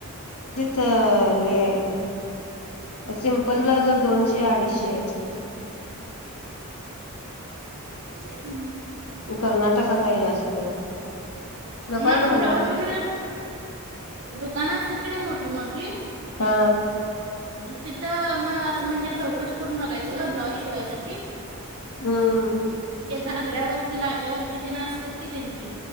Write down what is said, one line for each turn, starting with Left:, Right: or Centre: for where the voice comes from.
Left: तर नाही सिम्पल
Right: हम्म.
Left: ब्लाउज ला दोनशे अडीचशे
Right: हम्म
Left: कर्नाटकात आहे जास्त नकोय
Right: मग असं
Left: ग मला
Right: ब्लाऊज वगैरे दुकान असतील की नाही मोठी मोठी ते अ
Left: हा
Right: तिथं मग असं म्हणजे चौकशी करून बघायचं गं ब्लाऊज शिवायसाठी
Left: हम्म
Right: ते घागऱ्यावर ते लाट्यावरती की तेंन असतात कि तेंन की